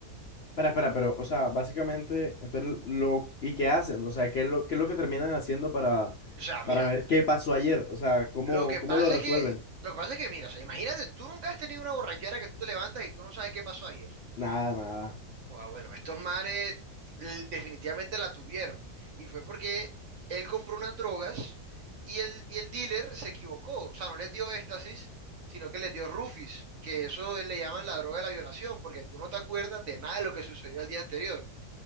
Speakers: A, on the left (about 60°); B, on the right (about 60°).
A: Espera, espera, pero, o sea, básicamente, entonces, lo, ¿y qué hacen? O sea, ¿qué es lo, qué es lo que terminan haciendo para
B: O sea, mira,
A: para ver qué pasó ayer, o sea, cómo,
B: lo que
A: cómo
B: pasa
A: lo resuelven.
B: es que, lo que pasa es que, mira, o sea, imagínate, tú nunca has tenido una borrachera que tú te levantas y tú no sabes qué pasó ayer.
A: Nada, nada,
B: Ah, bueno, estos manes l- definitivamente la tuvieron. Y fue porque él compró unas drogas y el, y el dealer se equivocó. O sea, no les dio éxtasis, sino que les dio rufis, que eso él le llaman la droga de la violación, porque tú no te acuerdas de nada de lo que sucedió el día anterior.